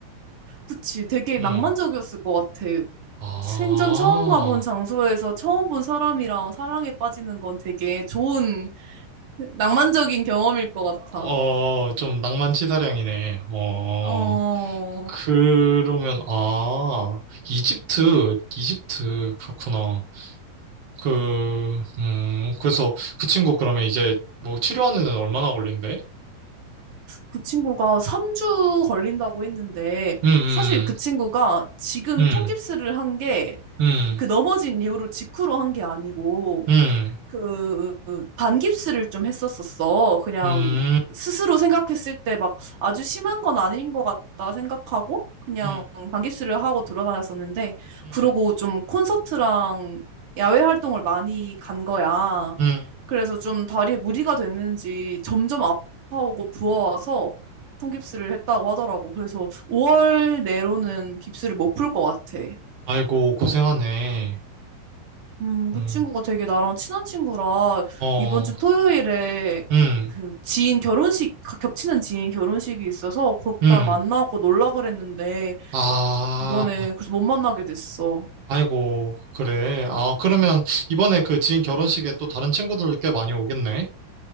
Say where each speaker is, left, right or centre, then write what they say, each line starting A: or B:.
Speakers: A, on the right; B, on the right.
A: 그치, 되게
B: 음.
A: 낭만적이었을 것 같아.
B: 아,
A: 생전 처음 가본 장소에서 처음 본 사람이랑 사랑에 빠지는 건 되게 좋은 낭만적인 경험일 것
B: 어,
A: 같아.
B: 좀 낭만치사량이네. 어,
A: 어,
B: 그러면, 아, 이집트, 이집트, 그렇구나. 그, 음, 그래서 그 친구 그러면 이제 뭐 치료하는 데는 얼마나 걸린대?
A: 그 친구가 3주 걸린다고 했는데,
B: 음, 음,
A: 사실 그 친구가 지금
B: 음,
A: 통깁스를 한 게,
B: 음,
A: 그 넘어진 이후로 직후로 한 게 아니고,
B: 음.
A: 그 반깁스를 좀 했었었어. 그냥
B: 음,
A: 스스로 생각했을 때 막 아주 심한 건 아닌 것 같다 생각하고 그냥
B: 음,
A: 반깁스를 하고 돌아다녔었는데
B: 음,
A: 그러고 좀 콘서트랑 야외 활동을 많이 간 거야.
B: 음, 음.
A: 그래서 좀 다리에 무리가 됐는지 점점 아파오고 부어와서
B: 음.
A: 통깁스를 했다고 하더라고. 그래서 5월 내로는 깁스를 못 풀 것 같아.
B: 아이고, 고생하네.
A: 음, 그
B: 음,
A: 친구가 되게 나랑 친한 친구라
B: 어,
A: 이번 주 토요일에
B: 음,
A: 그 지인 결혼식, 가- 겹치는 지인 결혼식이 있어서 거기다
B: 음.
A: 만나고 놀라 그랬는데
B: 아,
A: 이번에 그래서 못 만나게 됐어.
B: 아이고, 그래. 아, 그러면 이번에 그 지인 결혼식에 또 다른 친구들 꽤 많이 오겠네.